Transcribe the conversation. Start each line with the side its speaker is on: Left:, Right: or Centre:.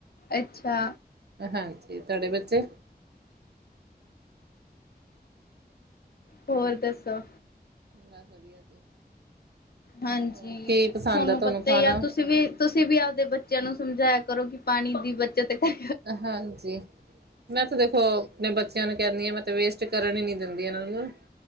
Left: ਅੱਛਾ।
Right: ਹਾਂਜੀ ਤਾਡੇ ਬੱਚੇ।
Left: ਹੋਰ ਦੱਸੋ।
Right: ਬਸ ਵਧੀਆ ਜੀ।
Left: ਹਾਂਜੀ
Right: ਹੋਰ ਕੀ ਪਸੰਦ
Left: ਤੁਹਾਨੂੰ
Right: ਆ
Left: ਪਤਾ
Right: ਖਾਣਾ
Left: ਈ ਆ ਤੁਸੀਂ ਵੀ ਤੁਸੀ ਵੀ ਆਪਦੇ ਬੱਚਿਆਂ ਨੂੰ ਸਮਝਾਇਆ ਕਰੋ, ਕਿ ਪਾਣੀ ਦੀ ਬ ਜਦ ਟਿਕਣ
Right: ਹਾਂਜੀ। ਮੈਂ ਤੇ ਵੇਖੋ ਅਪਣੇ ਬੱਚੇਆਂ ਨੂੰ ਕਹਿੰਨੀ ਆਂ, ਮੈਂ ਤੇ ਵੇਸਟ ਕਰਨ ਈ ਨੀ ਦਿੰਦੀ ਇਹਨਾਂ ਨੂੰ ਨਾ।